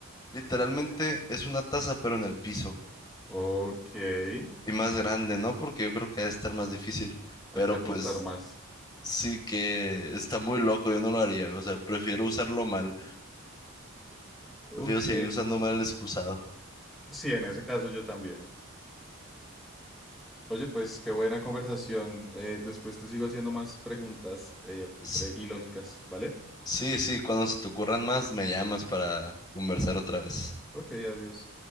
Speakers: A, on the left; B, in the centre.
A: Literalmente es una taza, pero en el piso.
B: Ok, hay
A: Y más grande, ¿no? Porque yo creo que ha de estar más difícil. Pero
B: que apuntar
A: pues
B: más.
A: sí que está muy loco, yo no lo haría. O sea, prefiero usarlo mal.
B: Ok,
A: Prefiero seguir usando mal el excusado.
B: sí, en ese caso yo también. Oye, pues qué buena conversación. Eh, después te sigo haciendo más preguntas eh,
A: S-
B: eh, y lógicas, ¿vale?
A: Sí, sí, cuando se te ocurran más, me llamas para conversar otra vez.
B: Ok, adiós.